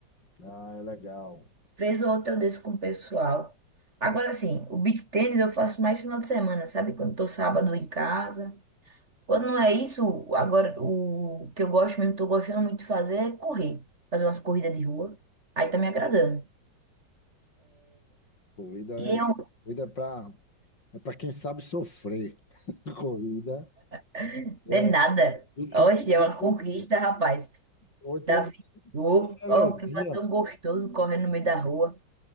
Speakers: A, on the left (about 80°); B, on the right (about 40°).
A: Ah, é legal.
B: Vez ou outra eu desço com o pessoal. Agora sim, o beach tênis eu faço mais final de semana, sabe? Quando tô sábado em casa. Quando não é isso, agora o que eu gosto mesmo, tô gostando muito de fazer é correr. Fazer umas corridas de rua. Aí tá me agradando.
A: Corrida é,
B: E eu,
A: corrida é para é para quem sabe sofrer. <laughs> Corrida
B: <laughs>
A: é,
B: não é nada.
A: tem que
B: Oxi,
A: saber
B: é uma
A: sofrer.
B: conquista, rapaz.
A: Ou então,
B: Davi, ô,
A: você é levinha,
B: ó, o clima tão gostoso correndo no meio da rua.